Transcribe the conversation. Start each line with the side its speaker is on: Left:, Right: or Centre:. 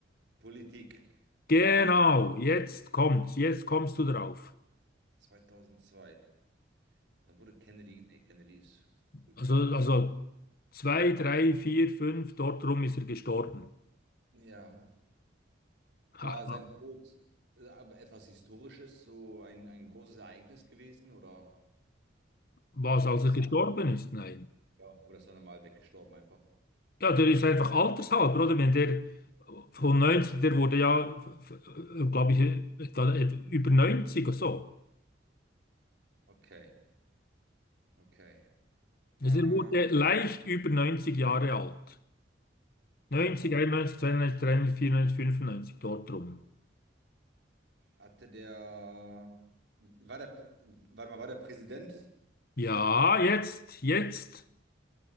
Right: Politik
Left: Genau, jetzt kommt's. Jetzt kommst du drauf.
Right: 2002. Dann wurde Kennedy, nee, Kennedy ist früh.
Left: Also, also zwei, drei, vier, fünf, dort rum ist er gestorben.
Right: Ja. War
Left: Haha.
Right: sein Tod äh, aber etwas Historisches, so ein, ein großes Ereignis gewesen oder
Left: Was, als
Right: ist
Left: er gestorben
Right: er,
Left: ist? Nein.
Right: ja, oder ist er normal weggestorben einfach?
Left: Ja, der ist einfach altershalber, oder? Wenn der von 90 der wurde ja, glaube ich, da über 90 oder so.
Right: Okay, okay. Äh,
Left: Also er wurde leicht über 90 Jahre alt. 90,
Right: ja,
Left: 91, 92, 93, 94, 95, dort rum.
Right: Hatte der, war der, warte mal, war der Präsident?
Left: Ja, jetzt, jetzt,